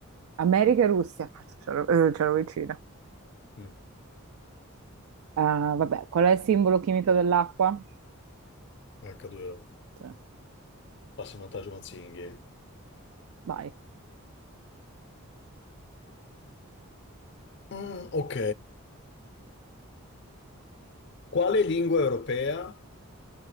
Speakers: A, on the right; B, on the left.
A: America e Russia, cazzo, c'ero, eh, c'ero vicina.
B: Mm,
A: Ah, vabbè, qual è il simbolo chimico dell'acqua?
B: H2O.
A: Cioè,
B: Passa in vantaggio Mazzinghi.
A: vai.
B: Mm, ok. Quale lingua europea,